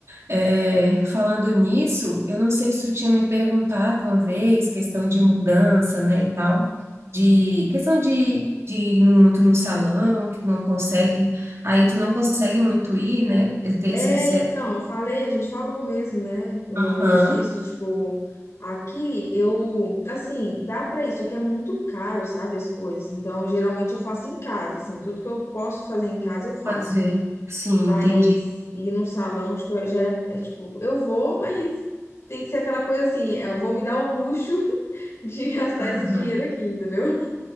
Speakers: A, on the right; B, on the left.
A: É, falando nisso, eu não sei se tu tinha me perguntado uma vez, questão de mudança, né, e tal, de questão de, de ir no- muito no salão, que não consegue, aí tu não consegue muito ir, né, ter esse
B: É,
A: acesso.
B: então, eu falei, a gente falou mesmo, né? Uma
A: Aham.
B: vez disso, tipo, aqui eu, assim, dá pra isso, aqui é muito caro, sabe, as coisas. Então, geralmente eu faço em casa, assim, tudo que eu posso fazer em casa eu faço.
A: Fazer. Sim,
B: Mas
A: entendi.
B: ir no salão, tipo, já é, é, tipo, eu vou, mas tem que ser aquela coisa assim, eu vou me dar o luxo <laughs> de gastar
A: Aham.
B: esse dinheiro aqui, entendeu?